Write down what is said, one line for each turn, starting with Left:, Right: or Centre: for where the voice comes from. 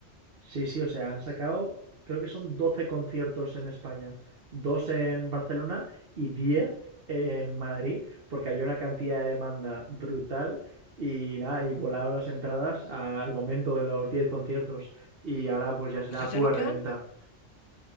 Right: Sí, sí, o sea, han sacado, creo que son 12 conciertos en España, dos en Barcelona y diez en Madrid, porque había una cantidad de demanda brutal y nada, y volaron las entradas al momento de los 10 conciertos y ahora pues ya será
Left: o sea, ya
Right: pura
Left: no
Right: reventa.
Left: quedan.